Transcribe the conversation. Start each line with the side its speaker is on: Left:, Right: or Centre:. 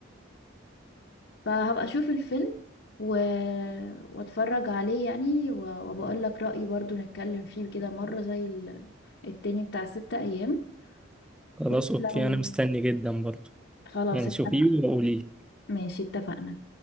Left: فهبقى اشوف الفيلم و... واتفرج عليه يعني و... وبقول لك رأيي برضو نتكلم فيه كده مرة زي ال... التاني بتاع ستة ايام
Centre: خلاص
Left: وانت
Centre: أوكي
Left: لو
Centre: أنا مستني جدا برضه
Left: خلاص
Centre: يعني
Left: اتفق
Centre: شوفيه وقولي
Left: ماشي اتفقنا